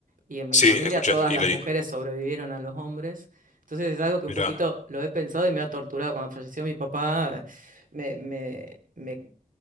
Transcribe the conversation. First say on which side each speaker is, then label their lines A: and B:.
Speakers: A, on the right; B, on the left.
A: Y en mi
B: sí,
A: familia
B: escuché
A: todas
B: y
A: las
B: leí.
A: mujeres sobrevivieron a los hombres. Entonces es algo que un
B: Mirá,
A: poquito lo he pensado y me ha torturado. Cuando falleció mi papá, me, me, me,